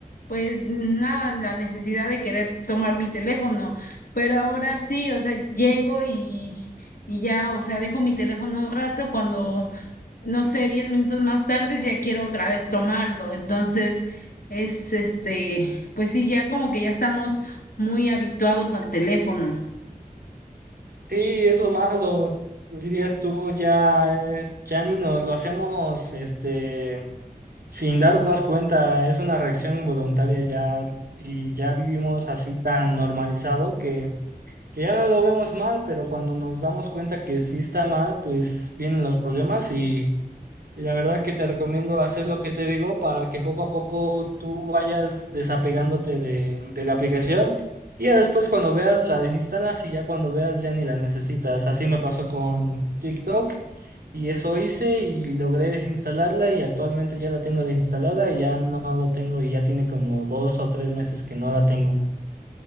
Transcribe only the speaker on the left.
pues nada, la necesidad de querer tomar mi teléfono, pero ahora sí, o sea, llego y, y ya, o sea, dejo mi teléfono un rato cuando, no sé, 10 minutos más tarde ya quiero otra vez tomarlo, entonces es este, pues sí, ya como que ya estamos muy habituados al teléfono.